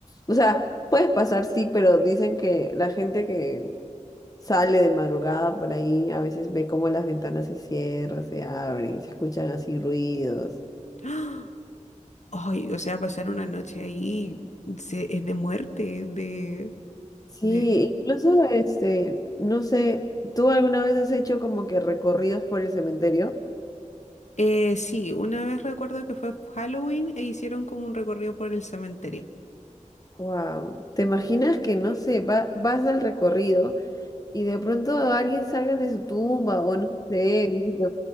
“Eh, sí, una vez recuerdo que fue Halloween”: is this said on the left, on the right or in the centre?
Left